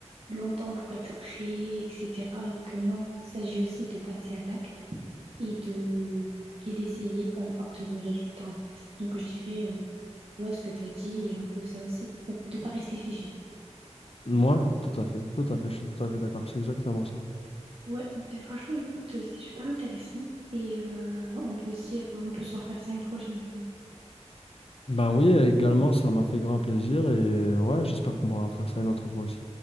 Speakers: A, on the right; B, on the left.
A: longtemps pour être prêt, etc. Alors que non, il s'agit aussi de passer à l'acte et de et d'essayer, peu importe le résultat en fait. Donc je dirais euh, ouais, ce que tu as dit est un peu ça aussi. Donc de pas rester figé.
B: Moi, tout à fait, tout à fait, je suis tout à fait d'accord, c'est exactement ça.
A: Ouais, ben franchement, écoute, euh, c'était super intéressant et euh, on peut se dire, on peut se refaire ça une prochaine fois.
B: Ben oui, également, ça m'a fait grand plaisir et ouais, j'espère qu'on pourra faire ça une autre fois aussi.